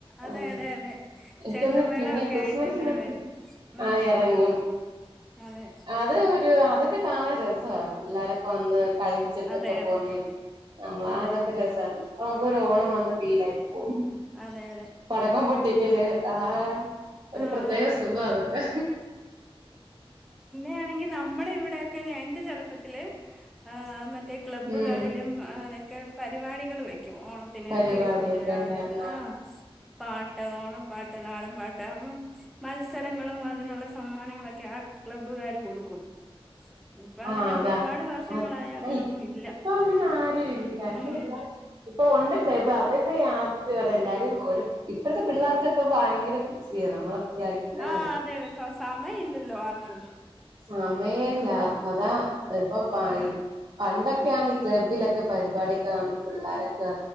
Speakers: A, in the centre; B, on the right.
A: അതെ
B: ഉം
A: അതെ അതെ
B: എനിക്കൊരു
A: ചെണ്ടമേളൊക്കെ
B: പിന്നെ ക്രിസ്മസിനൊക്കെ
A: ആയിട്ട് ഇങ്ങനെ വരും ഉം
B: ആ എറങ്ങും
A: അതെ
B: അത് ഒരു അതൊക്കെ കാണാൻ രസ പിള്ളാരൊക്കെ വന്ന് കളി ചിട്ടോക്കെ
A: അതെ അതെ
B: പോനീം നമ്മളാതൊക്കെ
A: അതെ
B: രസര്ന് ആ കോരു ഓണം വന്ന് ഫീലായി പോകും
A: അതെ അതെ
B: പടക്കം പൊട്ടിക്കല് ആഹ് ഒരു
A: ആഹ്
B: പ്രത്യേക സുഖ അതൊക്കെ
A: കാണെങ്കി നമ്മടെ ഇവിടെക്കെ എന്റെ ചെറുപ്പത്തില് ആ മറ്റേ റ്റേ ക്ലബ്ബുകളിലും
B: ഉം
A: അതൊക്കെ പരിപാടികൾ വെക്കും ഓണ ത്തിന്
B: പരിപാടിയൊക്കെ
A: തിരുവാതിര
B: ഉണ്ടായിരുന്നു
A: ആ പാട്ട് ഓണപ്പാട്ട് നാടൻ പാട്ട് അതോന്നും മത്സരങ്ങളും അതിനുള്ള സമ്മാനങ്ങളൊക്കെ ആഹ് ക്ലബ്ബുകാര് കൊടുക്കും ഇപ്പൊ അങ്ങനെ
B: ആഹ് അതാഅയ്
A: ഒരുപാട് വർഷങ്ങളായി അങ്ങനൊന്നും
B: ഓയ് ഇപ്പ
A: ഇല്ല
B: അങ്ങനെ ആരുഇല്ല അങ്ങനെല്ല
A: ഉം
B: ഇപ്പൊ ഉണ്ട് ക്ലബ്ബ് അത് പ്പ യാത്രകൾ എല്ലാരും ഒരു ഇപ്പഴത്തെ പിള്ളർക്കൊക്കെ ഭയങ്കര ബിസിയാ നമ്മളെ വിചാരിക്കുന്ന
A: ആഹ് അതെ പ സമ ഇല്ലല്ലോ ആർക്കും
B: സമയല്ലാർക്കും അതാ ഇപ്പൊപൈ
A: ആ
B: പണ്ടൊക്കെയാന്ന് ഈ ക്ലബ്ബിലൊക്കെ പരിപാടിയൊക്കെ കാണുമ്പ് പിള്ളോരൊക്കെ